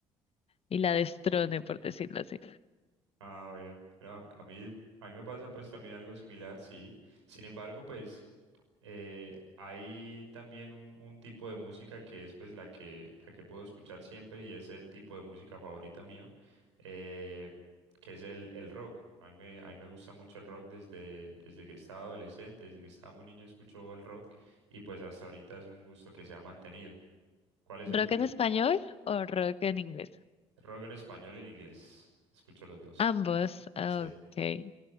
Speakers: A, on the left; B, on the right.
A: y la destrone, por decirlo así.
B: Ah, bueno, pero a, a mí, a mí me pasa pues también algo similar, sí. Sin embargo, pues eh, hay también un, un tipo de música que es pues la que, la que puedo escuchar siempre y es el tipo de música favorita mío, eh, que es el, el rock. A mí me, a mí me gusta mucho el rock desde, desde que estaba adolescente, desde que estaba muy niño escucho el rock y pues hasta ahorita es un gusto que se ha mantenido. ¿Cuál es
A: ¿Rock
B: el tuyo?
A: en español o rock en inglés?
B: Rock en español y en inglés. Escucho los dos.
A: Ambos, ah,
B: Sí.
A: ok.